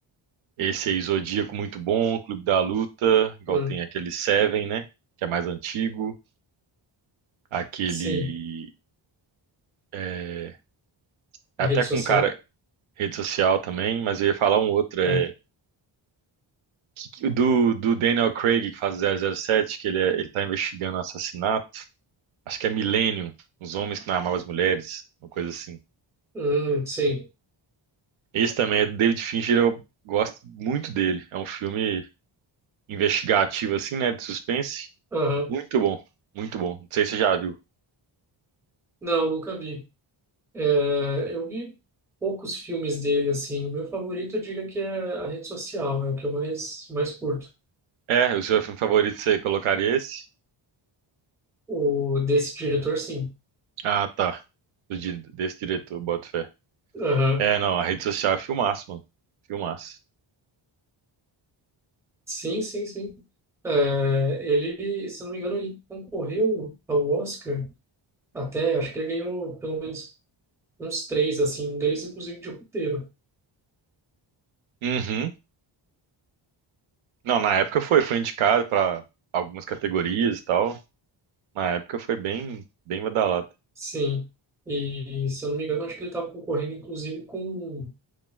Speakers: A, on the right (about 80°); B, in the centre.
A: esse aí, Zodíaco, muito bom, Clube da Luta, igual
B: Hum,
A: tem aquele Seven, né? Que é mais antigo, aquele.
B: sim.
A: é, até
B: A rede
A: com
B: social?
A: cara rede social também, mas eu ia falar um outro,
B: É.
A: é que- que- do, do Daniel Craig, que faz o zero zero sete que ele, é, ele tá investigando um assassinato. Acho que é Millennium, Os Homens que Não Amavam as Mulheres, uma coisa assim.
B: Hum, sim.
A: Esse também é do David Fincher, eu gosto muito dele. É um filme investigativo, assim, né? De suspense.
B: Aham.
A: Muito bom, muito bom. Não sei se você já viu.
B: Não, nunca vi. É, eu vi poucos filmes dele, assim. O meu favorito, eu diria que é a rede social. É o que eu mais, mais curto.
A: É, o seu filme favorito você colocaria esse?
B: O desse diretor, sim.
A: Ah, tá. Do di- Desse diretor, boto fé.
B: Aham.
A: É, não, a rede social é filmaço, mano. Filmaço.
B: Sim, sim, sim. É, ele, se não me engano, ele concorreu ao Oscar até, acho que ele ganhou pelo menos uns três, assim, um deles inclusive de roteiro.
A: Uhum. Não, na época foi, foi indicado pra algumas categorias e tal. Na época foi bem, bem badalado.
B: Sim, e se eu não me engano, acho que ele estava concorrendo inclusive com